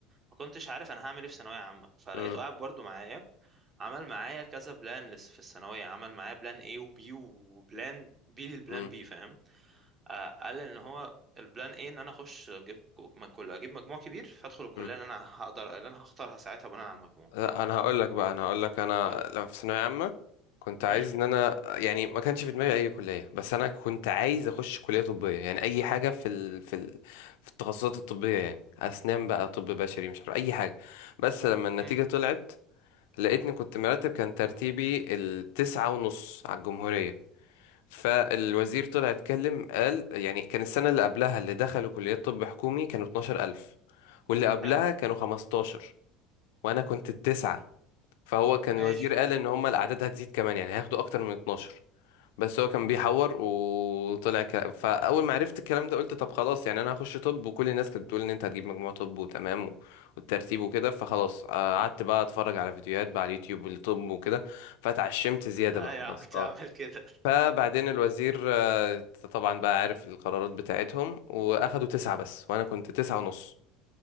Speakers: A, on the right; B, on the left.
A: ما كنتش عارف انا هعمل ايه في ثانويه عامه فلقيته
B: مم.
A: قاعد برضو معايا عمل معايا كذا بلان لسه في الثانويه عمل معايا بلان اي وبي وبلان بي للبلان
B: مم.
A: بي فاهم آه، قال ان هو البلان ايه ان انا اخش اجيب كو- ما- كل اجيب مجموع كبير فادخل الكليه
B: مم.
A: اللي انا هقدر اللي انا هختارها ساعتها بناء على المجموع
B: لا انا هقول لك بقى انا هقول لك انا
A: قلت
B: لما في ثانويه عامه كنت عايز
A: امم
B: ان انا يعني ما كانش في دماغي اي كليه بس انا كنت عايز اخش كليه طبيه يعني اي حاجه في ال... في ال... في التخصصات الطبيه يعني اسنان بقى طب بشري مش عارف اي حاجه بس لما النتيجه
A: امم
B: طلعت لقيتني كنت مرتب كان ترتيبي التسعة ونص على الجمهوريه فالوزير طلع اتكلم قال يعني كان السنه اللي قبلها اللي دخلوا كليات طب حكومي كانوا 12000 واللي قبلها
A: حلو
B: كانوا 15 وانا كنت التسعة فهو كان
A: ماشي
B: الوزير قال ان هم الاعداد هتزيد كمان يعني هياخدوا اكتر من 12 بس هو كان بيحور وطلع ك... فاول ما عرفت الكلام ده قلت طب خلاص يعني انا هخش طب وكل الناس كانت بتقول ان انت هتجيب مجموع طب وتمام و... والترتيب وكده فخلاص آه، قعدت بقى اتفرج على فيديوهات بقى على اليوتيوب للطب وكده فتعشمت زيادة
A: <laughs> ايوه
B: بقى خلاص
A: كنت
B: اه
A: عامل كده
B: فبعدين الوزير آه، طبعا بقى عارف القرارات بتاعتهم واخدوا تسعة بس وانا كنت تسعة ونص